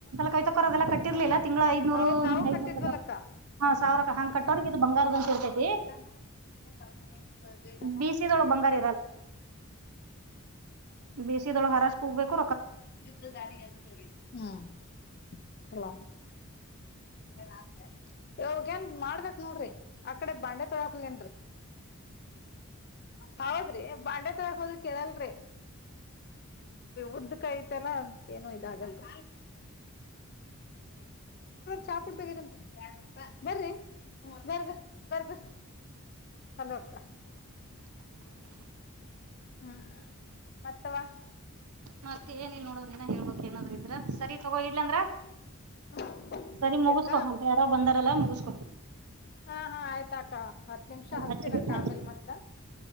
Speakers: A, on the right (about 85°); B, on the left (about 45°).
A: ಕೈ ತಕೋದೆಲ್ಲ ಕಟ್ಟಿರ್ಲಿಲ್ಲ ತಿಂಗಳು ಐ್ನೂರು
B: ಹೌದ್ ನಾವು
A: ಹಿ್ ಐನೂರ
B: ಕಟ್ಟಿದ್ವಲಕ್ಕ
A: ಸಾವಿರ ಹಾ ಕಟ್ಟೋರಿಗೆ ಇದು ಬಂಗಾರದ ಅಂತ ಇರ್ತೈತಿ
B: ಅಂದ್ರ ಏ ಬೇಗ
A: ಬಿಸಿದೊಳಗ್ ಬಂಗಾರ ಬೇಸಿದೊಳಗ್ ಹರಾಜ್ ಕ ಕುಗ್ಬೇಕು
B: ಚ ಗಡಿ ಹ್ಮ್ ಚಲ ಹ ಇವಾಗ ಏನ್ ಮಾಡ್ಬೇಕಕ್ ನೋಡ್ರಿ ಆಕಡೆ ಬಂಡೆ ತೊಳಾಕೋಗೇನ್ರಿ ಹೌದ್ರಿ ಬಾಂಡೆ ತರಾಕ್ೋದ್ರ ಕೇಳಲ್ ಉದ ಆಯ್ತಲ್ಲ ಏನು ಇದಲ್ಂದ ಚಾ ಕುಡ್ತಗೀಂ ಬರಿ ಬರ್ ಬರ್ ಬರಿ ಹಲೋ ಅಕ್ಕ ಹ್ಮ್ ಮತ್ತವಾ
A: ಮತ್ತೆ ಏನಿನ್ ನೋಡೋ ನೀನ್ನ ಹೇಳ್ಬೇಕಕ್ ಏನಾದ್ರರು ಇದ್ರ ಸರಿ ತಗೋ ಇಡ್ಲ ಅಂದ್ರ
B: ಹ್ಮ್
A: ಸರಿ
B: ಇಡ್ತಿ
A: ಮುಗಿಸಕೋಂತ
B: ಅಕ್ಕ
A: ಯಾರ ಬಂದಾರಲ್ಲ ಮುಗಿಸಕೊ
B: ಹಾ ಹಾ ಆಯ್ತಾಕ್ಕ ಹತ್ ನಿಮಿಷ ಹಸ್ತಿನಕ್ಕ
A: ಹಚ್ಚಿ ಬಿಟ್ಟು ಹಚ್ಚಿ
B: ಆಂಬೇಲ್ ಮತ್ತ